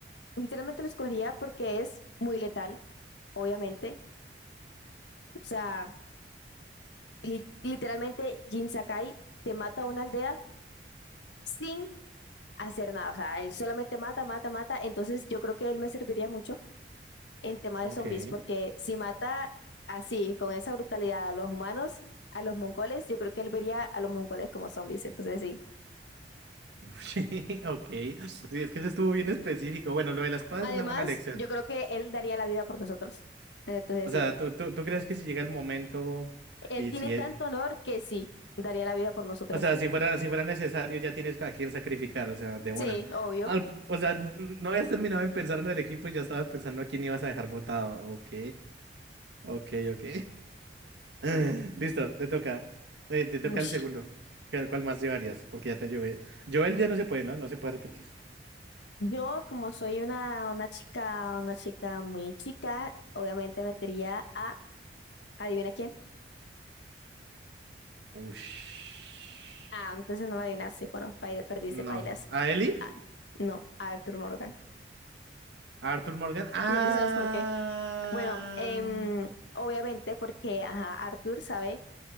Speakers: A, on the left (about 85°); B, on the right (about 75°).
A: literalmente lo escogería porque es muy letal, obviamente. O sea, li- literalmente Jin Sakai te mata a una aldea sin hacer nada. O sea, él solamente mata, mata, mata. Entonces yo creo que él me serviría mucho en tema
B: Ok.
A: de zombies, porque si mata así, con esa brutalidad a los humanos, a los mongoles, yo creo que él vería a los mongoles como zombies. Entonces sí.
B: <laughs> Sí, Ok. Sí, es que eso estuvo bien específico. Bueno, lo de la espada
A: Además,
B: es una buena lección.
A: yo creo que él daría la vida por nosotros. Entonces
B: O sea,
A: sí.
B: ¿tú, tú, tú crees que si llega el momento
A: Él
B: y
A: tiene
B: si
A: tanto
B: es-
A: honor que sí, daría la vida por nosotros.
B: o sea, si fuera, si fuera necesario, ya tienes a quién sacrificar, o sea, de una.
A: Sí, obvio.
B: Al- o sea, n- no habías terminado de pensar en el equipo y ya estabas pensando a quién ibas a dejar votado. Ok, ok, ok. <laughs> Listo, te toca. Eh, te toca
A: Uy.
B: el segundo. ¿Cuál cuál más llevarías? Porque ya te llevé. Joel ya no se puede, ¿no? No se puede repetir.
A: Yo, como soy una, una chica, una chica muy chica, obviamente metería a, adivina quién.
B: Ush.
A: Ah, entonces no va a adivinar. Sí, bueno, paila- perdiste,
B: No.
A: pailas.
B: ¿A Ellie?
A: Ah, no, Arthur Morgan.
B: ¿A Arthur Morgan? Ah.
A: Y ya tú sabes por qué. Bueno, em, obviamente porque, ajá, Arthur sabe,